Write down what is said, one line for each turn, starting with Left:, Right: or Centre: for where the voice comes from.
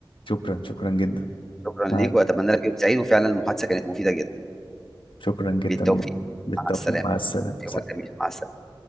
Left: شكرا شكرا جدا
Centre: شكرا
Left: مع...
Centre: ليك واتمنى لك يوم سعيد وفعلا المحادثه كانت مفيده جدا
Left: شكرا جدا
Centre: بالتوفيق
Left: بالتوفيق
Centre: مع السلامة
Left: مع السلامة
Centre: يومك جميل مع السلامة